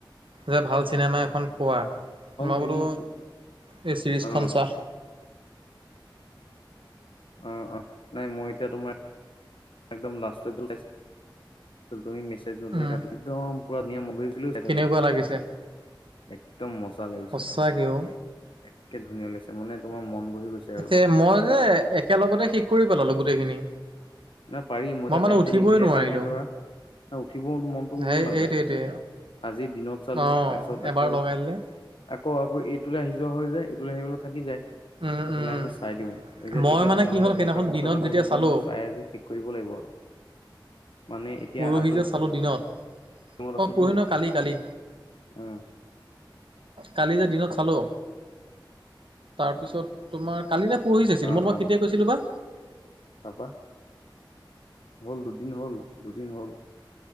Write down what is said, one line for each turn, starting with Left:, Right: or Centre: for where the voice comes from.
Right: যে ভাল চিনেমা এখন কোৱা? মই
Left: হেৰি
Right: বোলো,
Left: তুমি
Right: এই চিৰিজখন
Left: অ
Right: চোৱা।
Left: অ', অ', নাই মই এতিয়া তোমাৰ একদম লাষ্টটো চাইছো তুমি মেছেজ দিওতে
Right: উম
Left: কাট একদম পুৰা ধুনীয়া মলয় গৈছিলো চাই <unintelligible>
Right: কেনেকুৱা
Left: থাকো
Right: লাগিছে
Left: একদম মজা লাগিছে।
Right: সঁচাকেও
Left: একে ধুনীয়া লৈছে মানে তোমাৰ মন বহি গৈছে। আৰু
Right: এ মই যে একেলগতে শেষ কৰি পেলালো গোটেইখিনি।
Left: ন পাৰিম মই এতিয়া
Right: মানে
Left: টাইমতটো
Right: উঠিবই
Left: নিমিলে
Right: নোৱাৰিলো
Left: কাৰণেহে ধৰা উঠিব মনটো
Right: সেই
Left: মোৰো নাযায়
Right: এইটোৱেইটোৱে
Left: আজি দিনত চালো
Right: অ
Left: তাৰপিছত
Right: এবাৰ
Left: আকৌ
Right: লগাই দিলে
Left: আকৌ-আকৌ এইটোলৈ আহি যোৱা হৈ যায় এইটোলৈ আহি গলে থাকি যায়। তাৰপিছত
Right: উম উম
Left: নাই বোলো চাই দিও এ এতিয়া
Right: মই মানে
Left: তোমাৰ
Right: কি
Left: লগত
Right: হ'ল সেইদিনাখন
Left: হেৰি কৰাৰ পিছত
Right: দিনত
Left: আকৌ
Right: যেতিয়া
Left: সেইটো
Right: চালো
Left: মই চাই আজি ঠিক কৰিব লাগিব। মানে এতিয়া
Right: পৰহি
Left: আঁতৰি
Right: যে চালো দিনত
Left: মত আছোতো
Right: অ, পৰহি ন কালি-কালি।
Left: উম
Right: কালি যে দিনত চালো তাৰপিছত তোমাৰ কালি যে পৰহিযে ছিনিমা
Left: অ
Right: চাব
Left: অ
Right: কেতিয়া কৈছিলো বা।
Left: তাৰপা হ'ল দুদিন-হ'ল দুদিন হ'ল